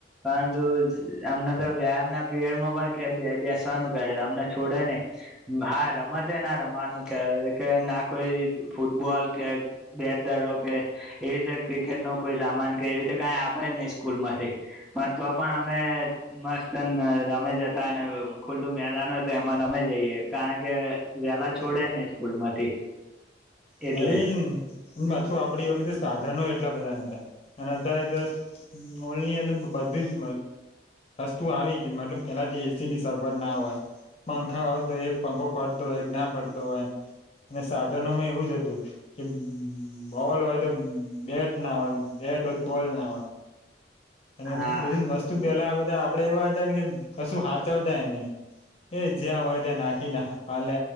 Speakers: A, in the centre; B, on the left.
A: પરંતુ અમને તો વ્યાયામ ના પીરિયડમાં પણ બેસવાનું કે અમને છોડે નહી, હા, રમતે ના રમાવાનું કે કે ના કોઈ ફૂટબોલ કે બેટ દડો, કે એવી રીતે ક્રિકેટ નો કોઈ સામાન કે એવી રીતે કઈ આપે જ નહી, સ્કૂલમાંથી પણ, તો પણ અમે મસ્ત રમે જતા ખુલ્લું મેદાન હોય, તો એમાં રમે જઈએ કારણ કે વેલા છોડે, નને સ્કૂલ માંથી. એટલે
B: હ, ઈન પાછું આપડી વખ સાધનો એટલા બધા નતા, અને અત્યારેલની અંદર બધી જ વસ્તુ આવી ગ મતલબ પેલાથી એસી ની સગવડના હોય, પંખા હોય, તો એ પંખો ફરતો હોય ના ફરતો હોય, અને સાધનોમાં એવુંજ હતું કે બોલ હોય, તો બેટ ના હોય બેટ હોય, તો બોલ ના હોય અને
A: હા
B: બધી વસ્તુ પેલા આપડે એવા હતા, ને કે કશું હાચવતા એ નને એજ જ્યાં હોય, ત નાખી ના કાલે